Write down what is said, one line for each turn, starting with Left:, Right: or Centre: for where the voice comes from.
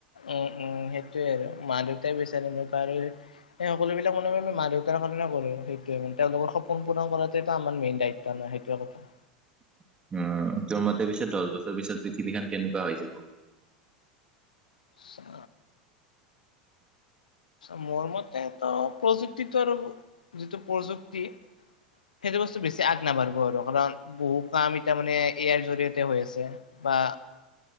Left: উম, উম, সেইটোয়ে আৰু মা দেউতাই বিচাৰিব পাৰে। সেই সকলোবিলাক মানহে আমি মা দেউতাৰ কাৰণে কৰো সেইটোৱে মান তেওঁলোকৰ সপোন পূৰণ কৰাটোটো আমাৰ মেইন দায়িত্ব ন'। সেইটোৱে কথা।
Right: <inaudible> উম, তোৰ মতে পিছত দহ বছৰ পিছত পৃথিৱীখন কেনেকুৱা হৈ যাব?
Left: চা মোৰ মতে তো প্ৰযুক্তিটো আৰু যিটো প্ৰযুক্তি সেইটো বস্তুত বেছি আগ নাবাৰ্ভ আৰু। কাৰণ বহু কাম এতিয়া মানে ইয়াৰ জৰিয়তে হৈ আছে বা